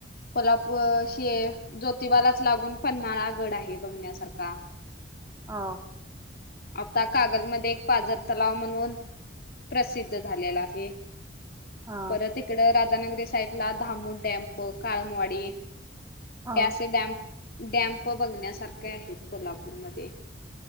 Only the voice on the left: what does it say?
पलापूर हे जोतिबालाच लागून पन्हाळा गड आहे बघण्यासारखा <unintelligible>
आता कागलमध्ये एक पाजर तलाव म्हणून प्रसिद्ध झालेला आहे.
परत इकड राधानगरी साईट ला धामू डॅम्प काळमवाडी त्या
असे डॅम्प डॅम्प बघण्यासारखे आहेत कोल्हापूरमध्ये